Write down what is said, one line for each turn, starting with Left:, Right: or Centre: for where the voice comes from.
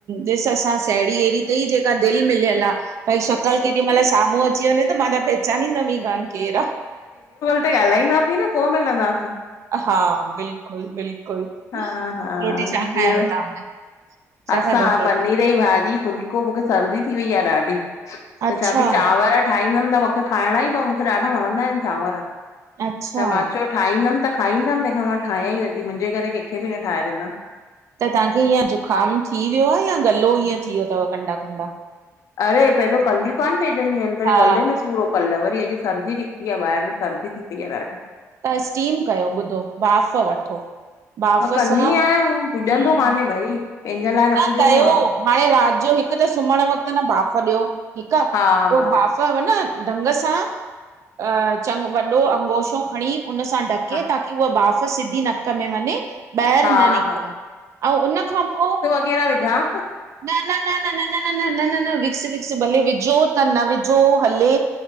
Right: ॾिस असां साहेड़ी अहिड़ी उते ई जेका दिलि मिलियल आ, भई शिकिल् केॾी महिल साम्हूं अची वञे त मा त प चंदीनवी कान केर आ।
Left: हुते ॻाल्हाईंदासीं न पोइ मिलंदासीं।
Right: हा, बिल्कुलु, बिल्कुलु,
Left: हा हा,
Right: रोटी छा खायांव
Left: ॿियो
Right: तव्हां छा
Left: असां
Right: खाधव रोटी?
Left: पनीर ई भाॼी फुल को मूंखे सर्दी थी वई आ ॾाढी, त
Right: अच्छा
Left: छा पई चांवर ठाहींदमि त मूंखे खाइणा ई प मूंखे ॾाढा वणंदा आहिनि चांवर,
Right: अच्छा
Left: त मा चयो ठाहींदमि त खाईंदमि तंहिंखां मा ठाहिय ई नथी मुंहिंजे करे कंहिंखे बि न ठाहे ॾिना
Right: त तव्हांखे हीअ ज़ुकामु थी वियो आ या गलो ईअं थी वियो थव कंडा, कंडा।
Left: अरे पहिरों कलियूं कान पइंजदियूं आहिनि पर
Right: हा
Left: गले में सूर हो। कल्ह वरी अॼु सर्दी निकती आ ॿाहिरि, सर्दी थी पई आ ॾाढी।
Right: त स्टीम कयो ॿुधो भाफ़ वठो। बाफ़
Left: मा कंदी
Right: सां
Left: आहियां हु पुॼंदो
Right: हम्म
Left: कान्हे भई। पंहिंजे लाइ
Right: न
Left: पुॼंदो
Right: कयो
Left: आहे कुझु।
Right: हाणे राति जो हिकु त सुम्हण वक़्त न भाफ़ ॾियो ठीकु आ,
Left: हा
Right: उह
Left: हा
Right: भाफ़ पोइ, न ढंग सां अ चंगो वॾो अंगोशो खणी उन सां ढके,
Left: हा
Right: ॿा ताकि उहा बाफ़ सिधी नक में वञे ॿाहिरि
Left: हा
Right: न निकिरे, ऐं उन खां पोइ
Left: केरा विझा
Right: न, न, न, न, न न, न न, न न, विक्स, विक्स भले विझो त न विझो हले